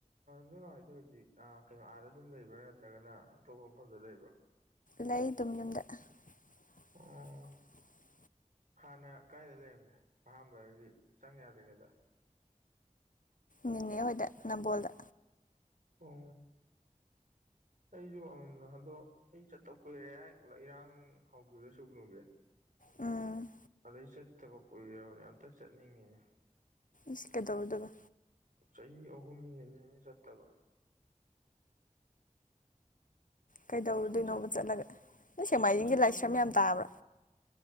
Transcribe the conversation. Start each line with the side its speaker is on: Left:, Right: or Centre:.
Right: ꯅꯣꯏꯃ ꯍꯥꯏꯏꯗꯤ ꯍꯧꯖꯤꯛ ꯀꯩꯅꯣ ꯑꯥꯗ ꯑꯗꯨꯝ ꯂꯩꯕ꯭ꯔꯥ ꯅꯠꯇ꯭ꯔꯒꯅ ꯑꯇꯣꯞꯄ ꯃꯐꯝꯗ ꯂꯩꯕ꯭ꯔꯥ
Left: ꯂꯩ ꯑꯗꯨꯝ ꯌꯨꯝꯗ <inaudible>
Right: ꯑꯣ ꯍꯥꯟꯅ ꯀꯥꯏꯗ ꯂꯩꯔꯝꯒꯦ ꯑꯍꯥꯟꯕꯗꯗꯤ ꯆꯪ ꯌꯥꯗ꯭ꯔꯤꯉꯩꯗ
Left: ꯃꯤꯅꯦ ꯍꯣꯏꯗ ꯅꯝꯕꯣꯜꯗ
Right: ꯑꯣ ꯑꯩꯁꯨ <unintelligible> ꯍꯟꯗꯣ ꯑꯩ ꯆꯠꯇ ꯀꯨꯏꯔꯦ ꯏꯔꯥꯡ ꯍꯧꯈꯤꯕꯗ ꯁꯨꯒꯅꯨꯒꯤ
Left: ꯎꯝ
Right: ꯑꯗꯩ ꯆꯠꯇꯥꯕ ꯀꯨꯏꯔꯕꯅꯦ ꯑꯝꯇꯪ ꯆꯠꯅꯤꯡꯉꯤꯅ‌ꯦ
Left: ꯏꯁ ꯀꯩꯗꯧꯔꯨꯗꫭꯏꯕ
Right: ꯆꯍꯤ ꯑꯍꯨꯝ ꯍꯦꯜꯂꯦꯅ ꯆꯠꯇꯕ
Left: ꯀꯩꯗꯧꯔꯨꯗꯣꯏꯅꯣꯕ
Right: ꯁꯨꯝ ꯆꯠ
Left: ꯆꯠꯂꯒ ꯅꯣꯏ ꯁꯦꯛꯃꯥꯏꯖꯤꯡꯒꯤ
Right: ꯁꯨꯝ ꯆꯠꯅꯤꯡꯉꯤꯅꯦ
Left: ꯂꯥꯏꯁ꯭ꯔꯝ ꯌꯥꯝ ꯇꯥꯕ꯭ꯔꯥ